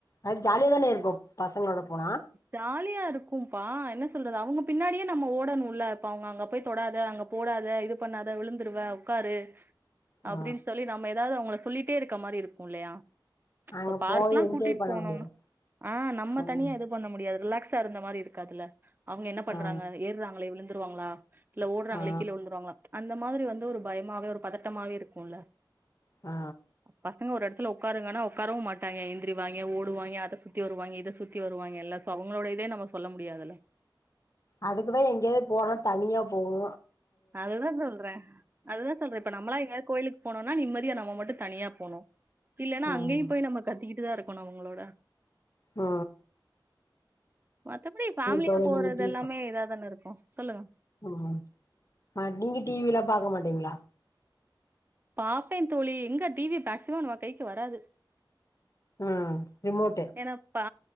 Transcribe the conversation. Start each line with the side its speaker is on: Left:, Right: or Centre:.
Left: நைட் ஜாலியா தானே இருக்கு பசங்களோட போனா
Right: ஜாலியா இருக்கும்ப்பா என்ன சொல்றது அவங்க பின்னாடியே நம்ம ஓடணுல்ல இப்ப அவங்க அங்க போய் தொடாத அங்க ஓடாத இது பண்ணாத விழுந்துருவ உக்காரு அப்டின்னு
Left: ஆ
Right: சொல்லி நம்ம எதாவது அவங்கள சொல்லிட்டே இருக்க மாரி இருக்குமில்லையா இப்ப
Left: அங்க
Right: பார்க்லா
Left: போய் என்ஜாய்
Right: கூட்டிட்டு
Left: பண்ண
Right: போனோனா
Left: முடியாது
Right: ஆ நம்ம
Left: ம்
Right: தனியா எதுக்கு பண்ண முடியாது ரிலாக்ஸா இருந்த மாரி இருக்காதுல அவங்க என்ன பண்றாங்க
Left: ஆ
Right: ஏறாங்களே விழுந்துருவாங்களா இல்ல ஓடுறாங்களே
Left: ஆ
Right: கீழ உழுதுருவாங்களா அந்த மாரி வந்து ஒரு பயமாவே ஒரு பதட்டமாவே இருக்குல
Left: ஆ
Right: பசங்க ஒரு இடத்துல உக்காருங்கன்னா உட்காரவும் மாட்டாய்ங்க எந்திரிப்பாய்ங்க ஓடுவாய்ங்க அத சுத்தி வருவாய்ங்க இத சுத்தி வருவாய்ங்க எல்லாஸ் அவங்களோட இதே நம்ம சொல்ல முடியாதுல்ல
Left: அதுக்குதா எங்கேயாவது போனா தனியா போவோ
Right: அதுதான் சொல்றேன் அதுதா சொல்ற இப்ப நம்மளா எங்கையாது கோயிலுக்கு போனோனா நிம்மதியா நம்ம மட்டு தனியா போணும் இல்லைன்னா
Left: ம்
Right: அங்கேயும் போய் நம்ம கத்திக்கிட்டு தா இருக்கணு அவங்களோட
Left: ஆ
Right: மத்தபடி ஃபேமிலியா
Left: தோழி
Right: போறது
Left: நீங்க டீ
Right: எல்லாமே இதா தானே இருக்கு சொல்லுங்க
Left: ம் மா நீங்க டிவிலாம் பாக்க மாட்டீங்களா
Right: பாப்பே தோழி எங்க டிவி மேக்சிமம் நம்ப கைக்கு வராது
Left: ம் ரிமோட்டு
Right: ஏனா பா